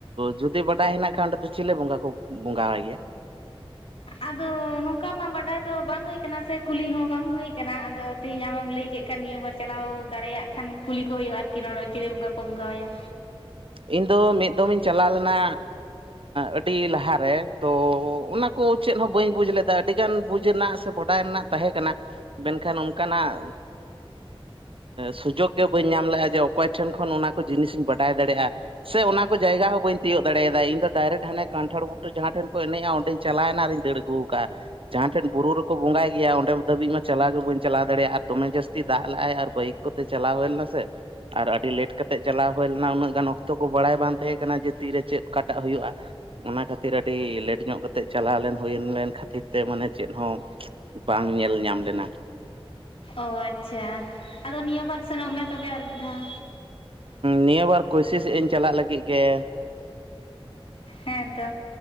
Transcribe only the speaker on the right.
ᱡᱩᱫᱤ ᱵᱟᱰᱟᱭ ᱦᱮᱱᱟᱜ ᱠᱷᱟᱡ ᱚᱸᱰᱮ ᱫᱚ ᱪᱮᱞᱮ ᱵᱚᱸᱜᱟ ᱠᱚ ᱵᱚᱸᱜᱟᱣᱟᱭ ᱜᱮᱭᱟ?
ᱤᱧ ᱫᱚ ᱢᱤᱫ ᱫᱚᱢ ᱤᱧ ᱪᱟᱞᱟᱣ ᱞᱮᱱᱟ ᱟᱹᱰᱤ ᱞᱟᱦᱟᱨᱮ ᱛᱚ ᱚᱱᱟ ᱠᱚ ᱪᱮᱫ ᱦᱚᱸ ᱵᱟᱹᱧ ᱵᱩᱡᱽ ᱞᱮᱫᱟ ᱟᱹᱰᱤ ᱜᱟᱱ ᱵᱩᱡᱽ ᱨᱮᱱᱟᱜ ᱥᱮ ᱵᱟᱰᱟᱭ ᱨᱮᱱᱟᱜ ᱛᱟᱦᱮᱸ ᱠᱟᱱᱟ᱾ ᱢᱮᱱᱠᱷᱟᱱ ᱚᱱᱠᱟᱱᱟᱜ ᱥᱩᱡᱳᱜ ᱜᱮ ᱵᱟᱹᱧ ᱧᱟᱢ ᱞᱮᱜᱼᱟ ᱡᱮ ᱚᱠᱚᱭ ᱴᱷᱮᱱ ᱠᱷᱚᱱ ᱚᱱᱟ ᱠᱚ ᱡᱤᱱᱤᱥᱤᱧ ᱵᱟᱰᱟᱭ ᱫᱟᱲᱮᱜᱼᱟ᱾ ᱥᱮ ᱚᱱᱟ ᱠᱚ ᱡᱟᱭᱜᱟ ᱦᱚᱸ ᱵᱟᱹᱧ ᱛᱤᱭᱳᱜ ᱫᱟᱲᱮᱭᱟᱫᱟ ᱤᱧ ᱫᱚ ᱰᱟᱭᱨᱮᱠᱴ ᱦᱟᱱᱮ ᱠᱟᱱᱴᱷᱟᱲ ᱵᱩᱴᱟᱹ ᱡᱟᱦᱟᱸ ᱴᱷᱮᱱ ᱠᱚ ᱮᱱᱮᱡᱼᱟ ᱚᱸᱰᱮᱧ ᱪᱟᱞᱟᱣᱮᱱᱟ ᱟᱨᱤᱧ ᱫᱟᱹᱲ ᱟᱹᱜᱩ ᱟᱹᱜᱩᱣ ᱠᱟᱜᱼᱟ᱾ ᱡᱟᱦᱟᱸ ᱴᱷᱮᱱ ᱵᱩᱨᱩ ᱨᱮᱠᱚ ᱵᱚᱸᱜᱟᱭ ᱜᱮᱭᱟ ᱚᱸᱰᱮ ᱫᱷᱟᱹᱵᱤᱡ ᱢᱟ ᱪᱟᱞᱟᱣ ᱜᱮ ᱵᱟᱹᱧ ᱪᱟᱞᱟᱣ ᱫᱟᱲᱮᱭᱟᱜᱼᱟ ᱫᱚᱢᱮ ᱡᱟᱹᱥᱛᱤ ᱫᱟᱜ ᱞᱟᱜᱼᱟᱭ ᱟᱨ ᱵᱟᱹᱭᱤᱠ ᱠᱚᱛᱮ ᱪᱟᱞᱟᱣ ᱦᱳᱭ ᱞᱮᱱᱟ ᱥᱮ ᱟᱨ ᱟᱹᱰᱤ ᱞᱮᱴ ᱠᱟᱛᱮᱜ ᱪᱟᱞᱟᱣ ᱦᱳᱭ ᱞᱮᱱᱟ ᱩᱱᱟᱹᱜ ᱜᱟᱱ ᱚᱠᱛᱚ ᱛᱚ ᱠᱚ ᱵᱟᱲᱟᱭ ᱵᱟᱝ ᱛᱟᱦᱮᱸ ᱠᱟᱱᱟ ᱡᱮ ᱛᱤᱨᱮ ᱪᱮᱫ ᱚᱠᱟᱴᱟᱜ ᱦᱩᱭᱩᱜᱼᱟ᱾ ᱚᱱᱟ ᱠᱷᱟᱹᱛᱤᱨ ᱟᱹᱰᱤ ᱞᱮᱴ ᱧᱚᱜ ᱠᱟᱛᱮᱜ ᱪᱟᱞᱟᱣ ᱞᱮᱱ ᱦᱩᱭ ᱞᱮᱱ ᱠᱷᱟᱹᱛᱤᱨ ᱛᱮ ᱢᱟᱱᱮ ᱪᱮᱫ ᱦᱚᱸ ᱵᱟᱝ ᱧᱮᱞ ᱧᱟᱢ ᱞᱮᱱᱟ᱾
ᱱᱤᱭᱟᱹ ᱵᱟᱨ ᱠᱳᱥᱤᱥᱮᱜ ᱟᱹᱧ ᱪᱟᱞᱟᱜ ᱞᱟᱹᱜᱤᱜ ᱜᱮ